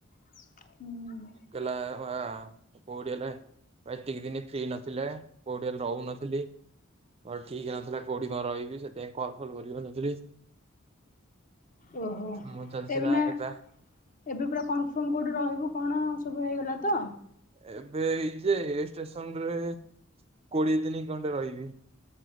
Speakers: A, on the left (about 40°); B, on the right (about 30°).
A: ହୁଁ।
B: ହେଲା ବା ପଉଡିଆଲେ। ଏତିକି ଦିନ ଫ୍ରି ନଥିଲେ କୋଉଠି ରହୁନଥିଲି। ମୋର ଠିକ ନଥିଲା କୋଉଠି କଣ ରହିବି ସେଥିପାଇଁ କାନ୍ଫୋର୍ମ କରି ନଥିଲି।
A: ଓହୋ
B: କାମ ଚାଲିଥିଲା
A: ଏବେ ନା?
B: ଏଟା
A: ଏବେ ପୁରା କନଫର୍ମ କୋଉଠି ରହିବୁ କଣ ସବୁ ହେଇଗଲା ତ?
B: ଏବେ ଏଇ ଯେ ଏ ଷ୍ଟେସନ ରେ କୋଡିଏ ଦିନି ଖଣ୍ଡେ ରହିବି।